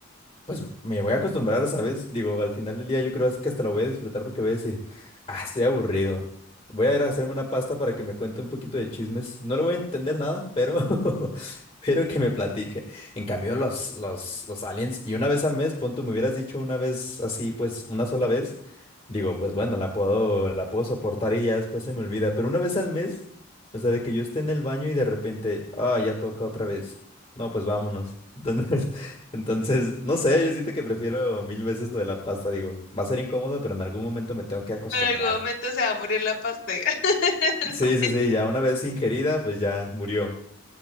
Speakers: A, on the left; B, on the left.
A: pues me voy a acostumbrar, ¿sabes? Digo, al final del día yo creo que hasta la voy a disfrutar porque voy a decir, ah, estoy aburrido. Voy a ir a hacerme una pasta para que me cuente un poquito de chismes. No le voy a entender nada, pero, <laughs> pero que me platique. En cambio, los, los, los aliens, y una vez al mes, punto, me hubieras dicho una vez así, pues una sola vez, digo, pues bueno, la puedo, la puedo soportar y ya después se me olvida. Pero una vez al mes, o sea, de que yo esté en el baño y de repente, ah, ya toca otra vez. No, pues vámonos. <laughs> Entonces, no sé, yo siento que prefiero mil veces lo de la pasta, digo, va a ser incómodo, pero en algún momento me tengo que acostumbrar.
B: En algún momento se va a morir la pasta. <laughs>
A: Sí,
B: No,
A: sí,
B: men-
A: sí, ya una vez ingerida, pues ya murió.